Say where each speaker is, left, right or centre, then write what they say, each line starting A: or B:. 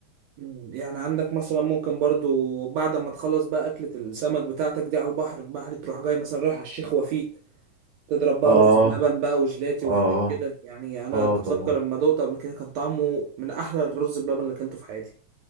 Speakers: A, on the right (about 75°); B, on the right (about 50°).
A: مم. يعني عندك مثلا ممكن برضو بعد ما تخلص بقى أكلة السمك بتاعتك دي على البحر بحر تروح جاي مثلا رايح على الشيخ وفيق تضرب بقى
B: اه
A: رز بلبن بقى وجلاتي
B: اه
A: وحاجات كده يعني أنا
B: اه
A: أتذكر
B: طبعا
A: لما دوقته قبل كده كان طعمه من أحلى الرز بلبن اللي أكلته في حياتي